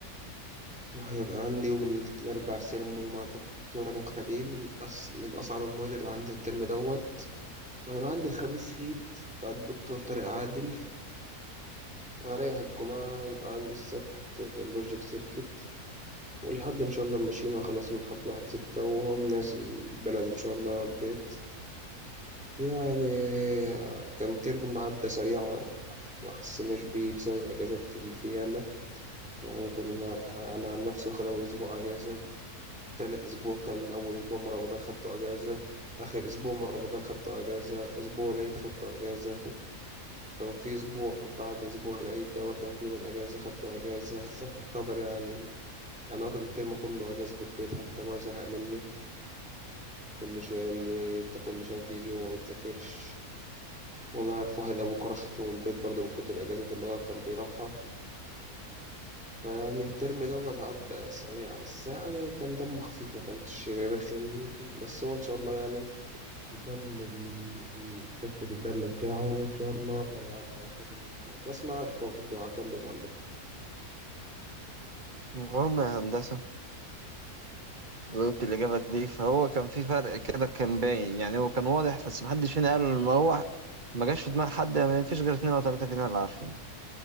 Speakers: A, in the centre; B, on the right (about 35°).
A: وهيبقى عندي يوم الأربع سيرمو مع الدكتور رجب خليل أص... من أصعب المواد اللي عندي الترم دوت وهيبقى عندي الخميس هيت مع الدكتور طارق عادل وهريح الجمعة يبقى عندي السبت اللوجيك سيركت والحد ان شاء الله ماشيين انا خلاص من الحد واحد ستة وهقوم نازل بلدي ان شاء الله البيت يعني كان ترم عدى سريع ما حسناش بيه بسبب اجازات اللي في ياما يعني كنا انا عن نفسي واخد اول اسبوع اجازة تالت اسبوع كان اول اسبوع من رمضان خدته اجازة اخر اسبوع من رمضان خدته اجازة اسبوع العيد خدته اجازة كان في اسبوع بعد اسبوع العيد ده كان في يومين اجازة خدته اجازة <laughs> طبعا يعني انا واخد الترم كله اجازة في البيت حتى ابويا زهق مني كل شوية يقول لي أنت كل شوية تيجي وما بتذاكرش وأنا أعرف واحد أبوه كرش من البيت برضه من كتر الأجازات اللي هو كان بيروحها فيعني الترم دوت عدى سريع بس يعني كان دمه خفيف ما كانش رخم بس هو إن شاء الله يعني يكمل خفة الدم بتاعه وإن شاء الله يعدي في الامتحانات وأسمعك برضه هكمل هندسة
B: المهم يا هندسة جاوبت الإجابة دي فهو كان في فرق كده كان باين يعني هو كان واضح بس محدش فينا قال ما هو ما جاش في دماغ حد ما فيش غير اتنين أو تلاتة فينا اللي عارفينه